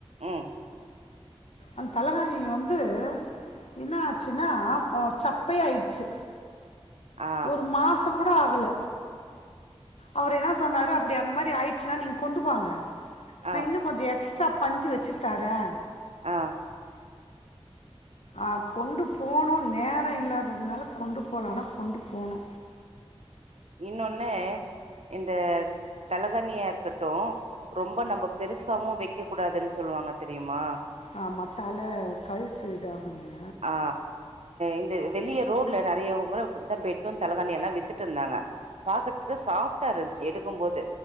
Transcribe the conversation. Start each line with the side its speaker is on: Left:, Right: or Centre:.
Right: ம்
Left: அந்த தலைகாணி வந்து என்ன ஆச்சுனா அ சப்பையா ஆயிடுச்சு
Right: ஆ
Left: ஒரு மாச கூட ஆகல அவரு என்ன சொன்னாரு அப்படி அந்த மாரி ஆயிடுச்சுன்னா நீங்க கொண்டு வாங்க நா
Right: ஆ
Left: இன்னு கொஞ்ச எக்ஸ்ட்ரா பஞ்சு வச்சு தரே
Right: ஆ
Left: ஆ கொண்டு போணு நேர இல்லாததுனால கொண்டு போல ஆனா கொண்டு போணு
Right: இன்னொன்னு இந்த தலகானியா இருக்கட்டு ரொம்ப நம்ம பெருசாவு வெக்க கூடாதுன்னு சொல்லுவாங்க தெரியுமா
Left: ஆமா தல கழுத்து இதாகுங்க
Right: ஆ இந்த வெளிய ரோட்ல நெறைய முறை பெட்டு தலைகாணி எல்லா வித்துட்ருந்தாங்க பாக்குறதுக்கு சாப்ட்டா இருந்துச்சு எடுக்கும்போது